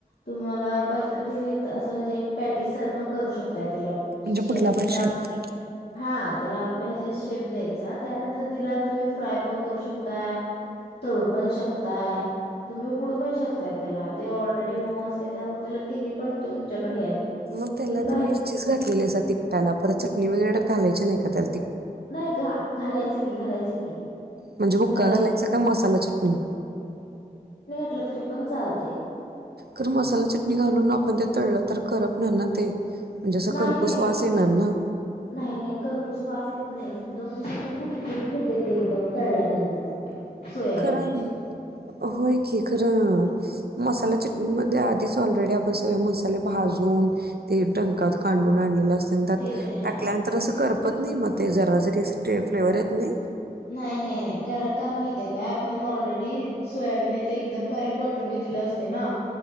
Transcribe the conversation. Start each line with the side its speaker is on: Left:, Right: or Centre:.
Left: तुम्हाला पाहिजे तर तुम्ही असं म्हणजे पॅटीस सारखं करू शकताय त्याला
Right: म्हणजे
Left: शेप
Right: कुठला
Left: म्हणजे
Right: पण शेप
Left: आप हा त्याला आपला ह्याच्या शेप द्यायचा त्यानंतर त्याला तुम्ही फ्राय पण करू शकताय तळू पण शकताय तुम्ही उकडू पण शकताय त्याला ते ऑलरेडी मऊ असते त्यामुळे त्याला तिन्ही पण तुमच्याकडे हे आहेत.
Right: मग त्याला
Left: तुम्ही काही
Right: ती मिरचीच घातलेली अस तिकटाला परत चटणी वगैरे घालायची नाही का त्या
Left: नाही ग घालाय च की घायंच की.
Right: म्हणजे भुक्का
Left: घालायचं
Right: घालायचा काय मसाला चटणी.
Left: कुठलं तरी पण चालतंय
Right: तर मसाला चिटणी घालून आपण ते तळलं तर करप नार ना ते म्हणजे अस
Left: नाही,
Right: करपूस
Left: नाही,
Right: वास येणार ना.
Left: नाही, नाही खरपूस वास येत नाही एकदम असता कुरकुरत होते ते एकदम तळल्यानंतर. सोयाबीन
Right: खरं होय की खरं मसाला चटणी मध्ये आधीच ऑलरेडी आपण सगळे मसाले भाजून ते डंकात कांडून आणलेल असत. त्यात
Left: ते तरी हाय.
Right: टाकल्यानंतर असं कर होत नाही मग ते जरा जरी स्टे फ्लेवर येतो नाही
Left: नाही नाही नाही कारण का माहितेय काय आपण ऑलरेडी सोयाबीन आहे ते एकदम बारीक वाटून घेतलेलं असते ना